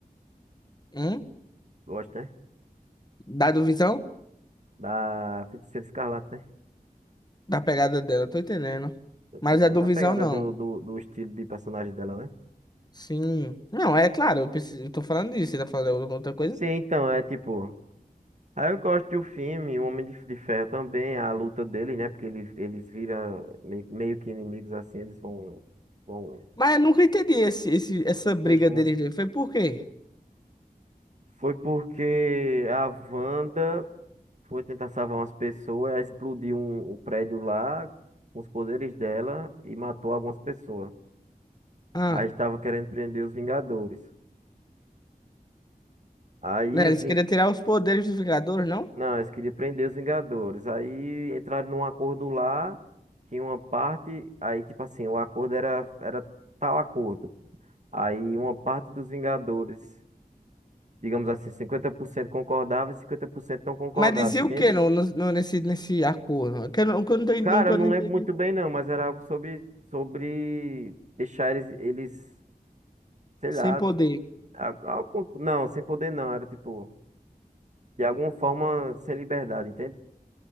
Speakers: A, on the left; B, on the right.
A: Hum?
B: Gosto, né?
A: Da do Visão?
B: Da Feiticeira Escarlate, né?
A: Da pegada dela, tô entendendo.
B: Tá entendendo?
A: Mas a do Visão,
B: A pegada
A: não.
B: do, do, do estilo de personagem dela, né?
A: Sim. Não, é claro, eu, preciso, eu tô falando disso, você tá falando alguma outra coisa.
B: Sim, então, é tipo. Aí eu gosto do filme, o Homem de, de Ferro também, a luta dele, né? Porque eles, eles viram meio, meio que inimigos assim, eles vão, vão
A: Mas eu nunca entendi esse, esse, essa
B: luta
A: briga
B: junto.
A: deles dois. Foi por quê?
B: Foi porque a Wanda. Foi tentar salvar umas pessoas, ela explodiu um, o prédio lá com os poderes dela e matou algumas pessoas.
A: Ah,
B: Aí estava querendo prender os Vingadores. Aí
A: né? Eles
B: os Ving...
A: queriam tirar os poderes dos Vingadores, não?
B: Não, eles queriam prender os Vingadores. Aí entraram num acordo lá, que uma parte. Aí, tipo assim, o acordo era, era tal acordo. Aí uma parte dos Vingadores, digamos assim, 50% concordava e 50% não concordava,
A: Mas dizia
B: entende?
A: o quê no, no, no- nesse, nesse acordo? Que eu, não- que eu não, tô-
B: Cara,
A: nunca
B: eu
A: eu
B: não
A: não entendi.
B: lembro muito bem não, mas era algo sobre, sobre deixar eles, eles, sei
A: Sem
B: lá,
A: poder.
B: al- algo, não, sem poder não, era tipo, de alguma forma sem liberdade, entende?